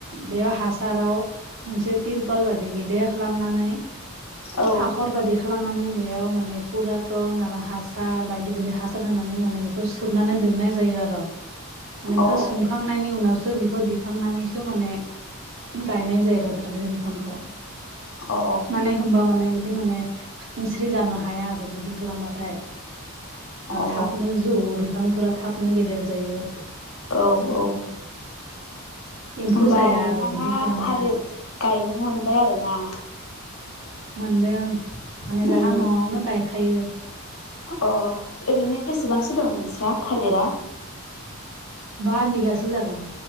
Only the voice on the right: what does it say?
बेयाव हासाराव मोनसे तिरपाल बादि गेदेर खालामनानै
हाखर बादि खालामनानै बेयाव माने पुरातन आरो हासार बायदि बायदि हासार होनानै माने बे बेखौ सोमनानै दोननाय जायो आर' माने बेखौ
सोमखांनायनि उनावसो बेखौ दिखांनानैसो माने गायनाय जायो आर' थालिर बिफांख'
माने होनबा माने बिदि माने खानस्रि जानो हाया आरो बिदि खालामबाथाय ओ
थाबनो जौवो बिफांफोरा थाबनो गेदेर जायो
एम्फौ
जाया
आरो बिदि खालामबा
मोनदों माने जाहा
न'आवनो गायखायो
बा बिगासो जागोन